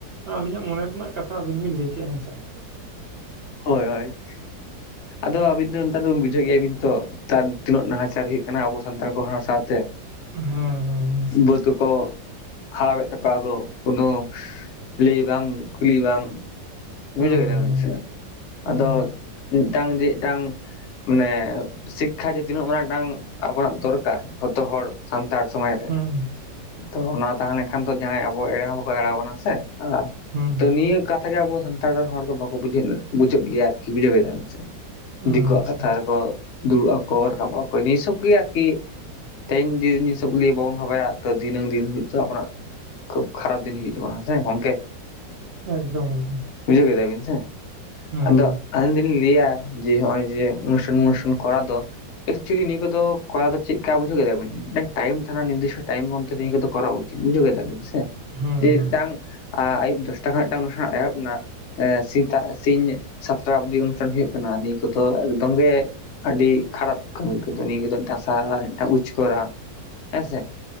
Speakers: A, on the right; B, on the left.
A: ᱟᱹᱞᱤᱧᱟᱜ ᱢᱚᱱᱮ ᱨᱮᱱᱟᱜ ᱠᱟᱛᱷᱟ, ᱟᱹᱵᱤᱱ ᱵᱤᱱ ᱞᱟᱹᱭ ᱠᱮᱜ-ᱟ ᱦᱮᱸ ᱥᱮ᱾
B: ᱦᱳᱭ ᱦᱳᱭ ᱟᱫᱚ ᱟᱹᱵᱤᱱ ᱫᱚ ᱱᱮᱛᱟᱨ ᱫᱚᱤᱱ ᱵᱩᱡᱷᱟᱹᱣ ᱠᱮᱫ ᱟᱹᱵᱤᱱ ᱛᱚ, ᱱᱮᱛᱟᱨ ᱛᱤᱱᱟᱹᱜ ᱱᱟᱦᱟᱪᱟᱨ ᱦᱳᱭᱳᱜ ᱠᱟᱱᱟ ᱟᱵᱚ ᱥᱟᱱᱛᱟᱲ ᱠᱚ, ᱦᱚᱲ ᱥᱟᱶᱛᱮ᱾
A: ᱦᱚᱸ, ᱦᱚᱸ, ᱦᱚᱸ᱾
B: ᱵᱟᱹᱫ ᱠᱚ ᱦᱟᱨᱟᱣᱮᱫ ᱛᱟᱠᱚᱣᱟ ᱠᱚ, ᱠᱳᱱᱳ ᱞᱟᱹᱭ ᱵᱟᱝ᱾ ᱠᱩᱞᱤ ᱵᱟᱝ᱾ ᱵᱩᱡᱷᱟᱹᱣ
A: ᱦᱩᱸ
B: ᱠᱮᱫᱟᱵᱤᱱ ᱥᱮ,
A: ᱦᱩᱸ
B: ᱟᱫᱚ ᱢᱤᱫᱴᱟᱝ ᱡᱮ ᱢᱤᱫᱴᱟᱝ ᱢᱟᱱᱮ ᱥᱤᱠᱠᱷᱟ ᱡᱮ ᱛᱤᱱᱟᱹᱜ ᱢᱟᱨᱟᱝ ᱢᱤᱫ ᱴᱟᱝ ᱟᱵᱚᱱᱟᱜ ᱫᱚᱨᱠᱟᱨ, ᱡᱚᱛᱚ ᱦᱚᱲ ᱥᱟᱱᱛᱟᱲ ᱥᱚᱢᱟᱡᱽ ᱨᱮ᱾
A: ᱦᱩᱸ
B: ᱛᱚ ᱚᱱᱟ ᱛᱟᱦᱮᱸ ᱞᱮᱱᱠᱷᱟᱱ ᱛᱚ, ᱡᱟᱦᱟᱸᱭ ᱟᱵᱚ ᱮᱲᱮ ᱦᱚᱸ ᱵᱟᱠᱚ ᱮᱲᱮ ᱫᱟᱲᱮ ᱟᱵᱚᱱᱟ ᱥᱮ, ᱚ
A: ᱦᱩᱸ
B: ᱛᱚ ᱱᱤᱭᱟᱹ ᱠᱟ, ᱠᱟᱛᱷᱟ ᱠᱟᱛᱷᱟ ᱜᱮ ᱟᱵᱚ ᱥᱟᱱᱛᱟᱲ ᱨᱮᱱ ᱦᱚᱲ ᱫᱚ, ᱵᱟᱠᱚ ᱵᱩᱡᱷᱟᱹᱜ ᱵᱩᱡᱷᱟᱹᱣ ᱜᱮᱭᱟ ᱟᱨᱠᱤ, ᱵᱩᱡᱷᱟᱹᱣ ᱠᱮᱫᱟ ᱵᱤᱱ ᱥᱮ᱾
A: ᱟᱪᱪᱷᱟ
B: ᱫᱤᱠᱩ ᱣᱟᱜ ᱠᱟᱛᱷᱟ ᱨᱮᱠᱚ, ᱫᱩᱲᱩᱵ ᱟᱠᱚ ᱨᱟᱠᱟᱵ ᱟᱠᱚ, ᱱᱤᱭᱟᱹ ᱥᱚᱵ ᱜᱮ ᱟᱨᱠᱤ᱾ ᱛᱮᱦᱮᱧ ᱡᱮ ᱡᱤᱱᱤᱥ ᱟᱵᱚ ᱜᱮ ᱵᱟᱵᱚ ᱵᱷᱟᱵᱟᱭᱟ, ᱛᱚ ᱫᱷᱤᱱᱟᱹᱝ ᱫᱤᱱ ᱦᱤᱞᱚᱜ ᱫᱚ ᱟᱵᱟᱱᱟᱜ᱾ ᱠᱷᱩᱵ ᱠᱷᱟᱨᱟᱯ ᱫᱤᱱ ᱦᱤᱡᱩᱜ ᱛᱟᱵᱚᱱᱟ ᱥᱮ ᱜᱚᱝᱠᱮ?
A: ᱮᱠᱫᱚᱢ ᱮᱠᱫᱚᱢ᱾
B: ᱵᱩᱡᱷᱟᱹᱣ ᱠᱮᱫᱟ ᱵᱤᱱ ᱥᱮ
A: ᱦᱳᱭ
B: ᱟᱫᱚ, ᱟᱹᱞᱤᱧ ᱫᱚᱞᱤᱧ ᱞᱟᱹᱭᱟ ᱡᱮ ᱦᱚᱸᱜ-ᱚᱭ ᱡᱮ ᱩᱱᱩᱥᱴᱷᱟᱱ ᱢᱩᱱᱩᱥᱴᱷᱟᱱ ᱠᱚᱨᱟᱣ ᱫᱚ, ᱮᱠᱪᱩᱭᱞᱤ ᱱᱤᱭᱟᱹ ᱠᱚ ᱫᱚ ᱠᱚᱨᱟᱣ ᱫᱚ ᱪᱮᱜᱠᱟ ᱵᱩᱡᱷᱟᱹᱣ ᱠᱮᱫᱟ ᱵᱤᱱ ᱮᱠ᱾ ᱴᱟᱭᱤᱢ ᱛᱮᱦᱮᱱᱟ ᱱᱤᱨᱫᱤᱥᱴᱚ ᱴᱟᱭᱤᱢ ᱢᱚᱫᱷᱮ ᱱᱤᱭᱟᱹ ᱠᱚᱫᱚ ᱠᱚᱨᱟᱣ ᱩᱪᱤᱛ ᱵᱩᱡᱷᱟᱹᱣ ᱠᱮᱫᱟ ᱵᱤᱱ ᱥᱮ
A: ᱦᱩᱸ
B: ᱮ ᱴᱟᱝ ᱟ ᱟᱭᱩᱵ ᱫᱚᱥᱴᱟ ᱠᱷᱚᱡ ᱢᱤᱫᱴᱟᱝ ᱚᱱᱩᱥᱟᱜ ᱮᱦᱚᱵ ᱱᱟ᱾ ᱮ ᱥᱤᱛᱟᱜ ᱥᱤᱧ ᱥᱟᱛᱴᱟ ᱚᱵᱽᱫᱤ ᱚᱱᱩᱥᱴᱷᱟᱱ ᱦᱩᱭᱩᱜ ᱠᱟᱱᱟ᱾ ᱱᱤᱭᱟᱹ ᱠᱚᱫᱚ ᱮᱠᱫᱚᱢ ᱜᱮ ᱟᱹᱰᱤ ᱠᱷᱟᱨᱟᱯ ᱠᱟᱹᱢᱤ ᱠᱚᱫᱚ ᱱᱤᱭᱟᱹ ᱠᱚᱫᱚ ᱫᱟᱥᱟ ᱢᱤᱫᱴᱟ ᱩᱪᱠᱚᱨᱟ ᱦᱮᱸ ᱥᱮ